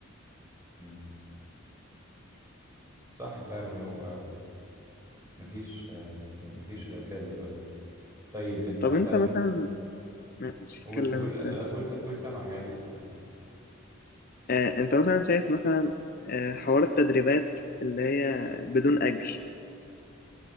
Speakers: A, on the right; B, on the left.
A: مم. صح فعلا هو مفيش آه، مفيش غير كده دلوقتي طيب انت
B: طب
A: مثلا
B: انت مثلا ماشي
A: قول
B: اتكلم
A: قول
B: انت
A: لا،
B: ماشي
A: قول س- قول سمعك عادي قول سمعك
B: آه انت مثلا شايف مثلا آه حوار التدريبات اللي هي بدون أجر